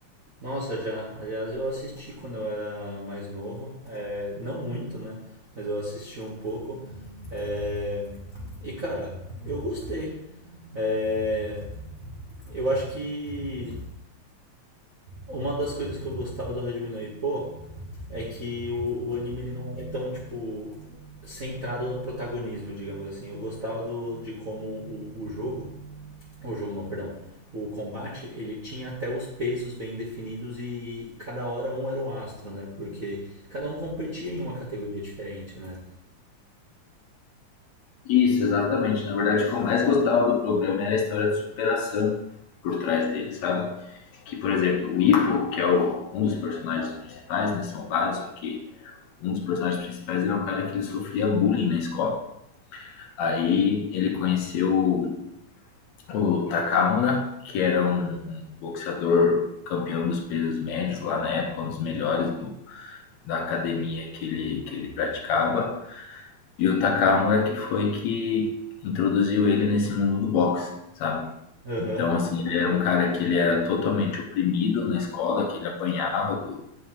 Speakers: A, on the right (about 55°); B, on the left (about 70°).
A: Nossa, já. Aliás, eu assisti quando eu era mais novo. É, não muito, né? Mas eu assisti um pouco. É, e, cara, eu gostei. É, eu acho que Uma das coisas que eu gostava do Hajime no Ippo é que o, o anime ele não é tão, tipo, centrado no protagonismo, digamos assim. Eu gostava do, de como o, o jogo, o jogo não, perdão, o combate, ele tinha até os pesos bem definidos e, e cada hora um era o astro, né? Porque cada um competia em uma categoria diferente, né?
B: Isso, exatamente. Na verdade, o que eu mais gostava do programa era a história de superação por trás dele, sabe? Que, por exemplo, o Ippo, que é o- um dos personagens principais, né? São vários, só que um dos personagens principais era um cara que ele sofria bullying na escola. Aí ele conheceu o Takamura, que era um, um boxeador campeão dos pesos médios lá na época, um dos melhores do, da academia que ele, que ele praticava, e o Takamura que foi que introduziu ele nesse mundo do boxe, sabe?
A: Aham.
B: Então, assim, ele era um cara que ele era totalmente oprimido na escola, que ele apanhava do,